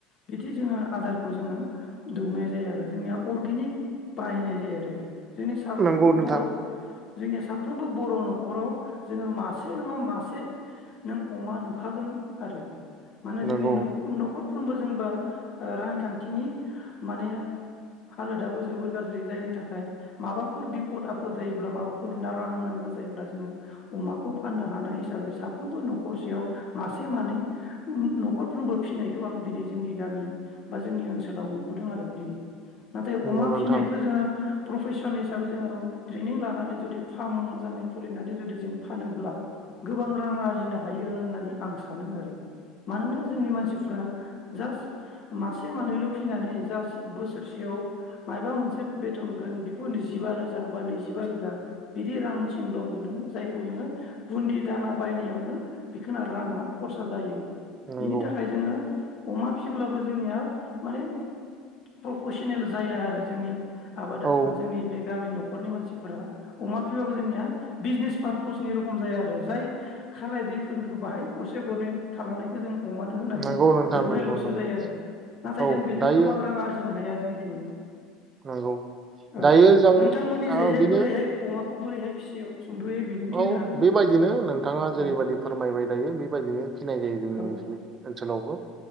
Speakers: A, on the left; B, on the right.
A: बिदि जोङो आदारखौ जोङो दौनाय जायो आरो जोंनिया अर्गेनिक बाहायनाय जायो आरो जोंनि साफ्रोमबो
B: नंगौ नोंथां
A: बर' जोंनिया साफ्रोमबो बर' न'खराव जोङो मासे नङा मासे नों अमा नुखागोन आरो माने
B: नंगौ
A: जोंनि न'ख न'खर फ्रोमबो जों बा आ रांखान्थिनि माने हालोदाबो जोबोर गाज्रि जायनि थाखाय माबाफोर बिफद आ फद जायोब्ला माबाफोर नाआं नांगो जायोब्ला जोङो अमाखौ फाननो हानाय हिसाबै साफ्रोमबो न'खरसेयाव मासे मानै उम न'खरफ्रोमबो फिसिनायखौ आं दिनै जोंनि गामि बा जोंनि ओनसोलाव नुबोदों आरो दिनै। नाथाय
B: नंगौ
A: अमा
B: नोंथां
A: फिसिनायखौ जोङो प्रफेसन हि साबै जोंङो ट्रेनिं लानानै जुदि फार्म मोजाङै खुलिनानै जुदि जों फानोब्ला गोबां रां आरजिनो हायो होननानै आं सानो आरो। मानोना जोंनि मानसिफ्रा जास्ट मासे मानैल' फिनानै जास्ट बोसोरसेयाव मायाबा मोनसे बेथनगोन बेखौ नैजिबा रोजा बा नै जिबा रोजा बिदि रांसिमल' मोनो। जायखौ नोङो गुन्दि दाना बायनायावनो बिखिना राङा खरसा जायो।
B: नंगौ
A: बिनि थाखाय जोङो अमा फिसिब्लाबो जोंनिया माने प्रफेसनेल जाया आरो जोंनिया। आबादा
B: औ
A: जोंनि बे गामि न' खरनि मोनसि फोरा अमा फिबाबो जोंनिया बिजनेस पारपसनि रखम जाया आरो जाय खालाय दैफोरखौ बाहाय गरसे गरनै थालांनायखौ जों अमानो होनानै
B: नंगौ नोंथां
A: दौनायल'सो
B: नंगौ नंगौ
A: जायो आरो नाथाय
B: औ
A: जों बेजों
B: दायो
A: गोबां रां आरजिनो हाया जों दिनै
B: नंगौ
A: औ
B: दायो जों
A: नोंथांमोननि
B: आ
A: जाय जे
B: बेनो
A: बोरैहाय अमा खौ बोरैहाय फिसियो। सुंद'यै बिबुंथि
B: औ
A: होनो हागोन ना
B: बेबायदिनो नोंथाङा जेरैबायदि
A: औ
B: फोरमायबाय थायो बेबायदिनो। फिनाय जायो जोंनि
A: औ
B: बे ओनसोलावबो।